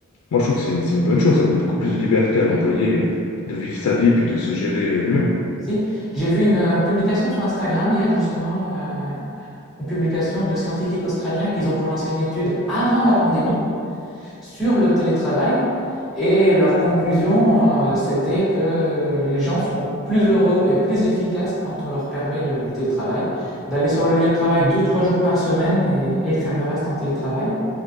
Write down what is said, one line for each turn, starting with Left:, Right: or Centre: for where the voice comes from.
Left: moi, je trouve que c'est une, c'est une bonne chose. Ça donne beaucoup plus de liberté à l'employé,
Centre: Ouais.
Left: euh, de vivre sa vie, puis de se gérer, euh, lui-même.
Centre: Si, j'ai vu une, heu, publication sur Instagram hier justement, heu, une publication de scientifiques australiens qu'ils ont commencé une étude avant la pandémie sur le télétravail. Et leur conclusion, euh, c'était que euh, les gens sont plus heureux et plus efficaces quand on leur permet de, le télétravail, d'aller sur le lieu de travail deux, trois jours par semaine et, et faire le reste en télétravail.